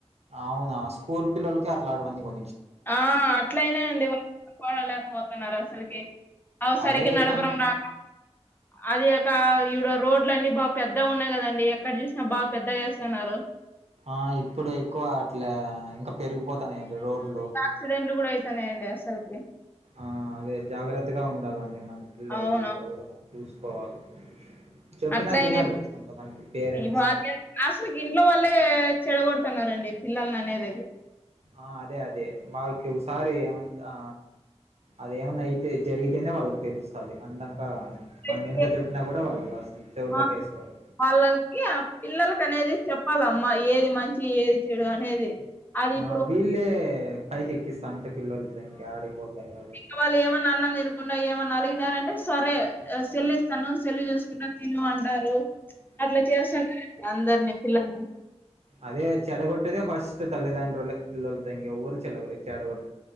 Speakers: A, on the right; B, on the left.
A: అవునా స్కూల్ పిల్లలకి అట్లాటివన్నీ కొ
B: ఆ అట్లయినాయండి వాళ్లు కొలలేకపోతున్నారు అసలుకి అవి సరిగా
A: అదే
B: నడపడం
A: కొం
B: రా అదిగాక ఈడ రోడ్లు అన్ని బాగా పెద్ద ఉన్నాయి కదండి ఎక్కడ చూసినా బాగా పెద్దగా ఎస్తున్నారు
A: ఆ ఇప్పుడు ఎక్కువ అట్లా ఇంకా పెరిగిపోతాన్నయండి రోడ్లు
B: ఎక్సిడెంట్లు కూడా అయితున్నాయండి అసలుకి
A: ఆ అదే జాగ్రత్తగా ఉండాలండి మన పిల్లలతో
B: అవును
A: కూడా చూసుకోవాలి చెప్పినా
B: అట్లయినే
A: వినరు కొంతమంది పేరెంట్స్
B: ఇవాళ అసలుకి ఇంట్లో వాళ్ళలే చెడగొడుతున్నారండి పిల్లని అనేది అది
A: ఆ అదే అదే వాళ్ళకి ఒకసారి ఏమంత ఆ అదేమన్నా అయితే జరిగితేనే వాళ్ళకి తెలు స్తాది అందాంక
B: అప్పుడైతే
A: మనం ఎంత చెప్పినా కూడా వాళ్ళు అసలు చెవులేకి
B: ఆ!
A: ఎసుకోరు
B: వాళ్ళకి ఆ పిల్లలకి అనేది చెప్పాలమ్మా ఏది మంచి ఏది చెడు అనేది అది
A: ఆ
B: ఇప్పుడు
A: వీళ్ళే పైకి ఎక్కిస్తాంటే పిల్లలతో ఇంకా యడికిపోతారు వాళ్లు
B: ఇంకా వాళ్ళు ఏమన్నా అన్నం తినకుండా ఏమన్నా అలిగినారు అంటే సరే సెల్ల్ ఇస్తాను సెల్లు చూసుకుంటా తిను అంటారు
A: అ
B: అట్లా చేస్తున్నారండి అందరిని పిల్లల్ని
A: అదే చెడ కొట్టేదే ఫస్టు తల్లిదండ్రులే పిల్లలతో ఇంకెవరు చెల చెడగొట్ట